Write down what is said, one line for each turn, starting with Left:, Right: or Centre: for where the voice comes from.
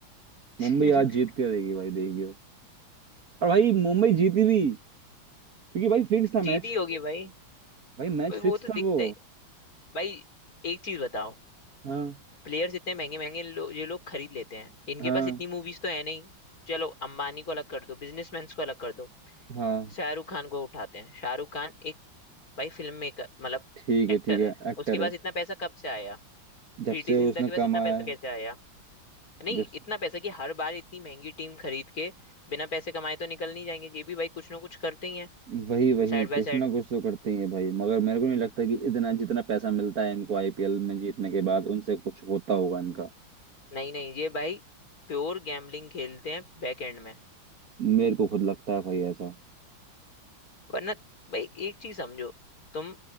Left: <laughs>
Right: मुंबई आज जीत के रहेगी भाई देखियो और भाई मुंबई जीती भी क्योंकि भाई फिक्स था
Left: जीती
Right: मैच
Left: होगी भाई
Right: भाई मैच
Left: भाई वो
Right: फिक्स
Left: तो दिखता
Right: था वो
Left: है भाई एक चीज बताओ
Right: हाँ
Left: प्लेयर्स इतने महंगे महंगे लो, ये लोग खरीद लेते हैं इनके
Right: हाँ
Left: पास इतनी मूवीज तो है नहीं चलो अंबानी को अलग कर दो बिजनेसमैन को अलग कर दो
Right: हाँ
Left: शाहरुख खान को उठाते हैं शाहरुख खान एक भाई फिल्म मेकर मतलब
Right: ठीक है
Left: एक्टर
Right: ठीक है
Left: है
Right: एक्टर
Left: उसके पास
Right: है
Left: इतना पैसा कब से आया
Right: जब
Left: प्रीति
Right: से
Left: जिंटा
Right: उसने
Left: के पास
Right: कमाया
Left: इतना पैसा
Right: है
Left: कैसे आया नहीं
Right: जब
Left: इतना पैसा कि हर बार इतनी महंगी टीम खरीद के बिना पैसे कमाए तो निकल नहीं जाएंगे ये भी भाई कुछ ना कुछ करते ही हैं
Right: वही वही
Left: Side
Right: कुछ
Left: by side
Right: ना कुछ तो करते ही है भाई मगर मेरे को नहीं लगता कि इतना जितना पैसा मिलता है इनको आईपीएल में जीतने के बाद उनसे कुछ होता होगा इनका
Left: नहीं नहीं ये भाई प्योर गैम्बलिंग खेलते हैं बैक एंड में
Right: मेरे को खुद लगता है भाई ऐसा
Left: वरना भाई एक चीज समझो तुम